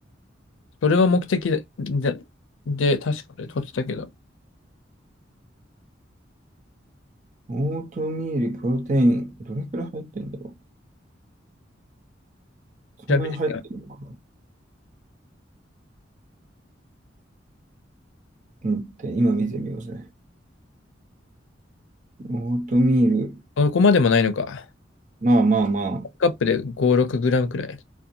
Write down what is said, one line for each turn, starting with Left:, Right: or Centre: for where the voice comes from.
Left: それが目的で、で、で確かで取ってたけど。
Right: オートミール、プロテイン、どれくらい入ってんだろう。そんなに入ってるのかな。
Left: 調べてみよう
Right: うんって、今見てみようぜ。オートミール、
Left: そこまでもないのか。
Right: まあまあまあ、
Left: カップで5、6グラムくらい。い